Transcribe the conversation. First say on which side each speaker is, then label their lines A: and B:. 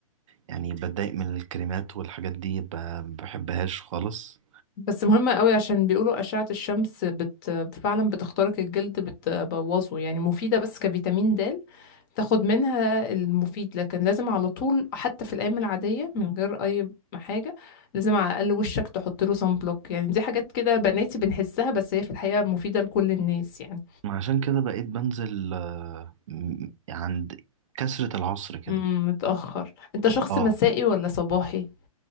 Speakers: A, on the right; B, on the left.
A: يعني بتضايق من الكريمات والحاجات دي ب... ما بحبهاش خالص
B: بس مهمة قوي عشان بيقولوا أشعة الشمس بت... فعلا بتخترق الجلد بتبوظه يعني مفيدة بس كفيتامين د تاخد منها المفيد لكن لازم على طول حتى في الايام العاديه من غير اي حاجه لازم على الاقل وشك تحط له صن بلوك يعني دي حاجات كده بناتي بنحسها بس هي في الحقيقه مفيده لكل الناس يعني
A: وعشان <laughs> كده بقيت بنزل آه، م- عند كسرة العصر كده
B: امم متاخر انت شخص
A: اه
B: مسائي ولا صباحي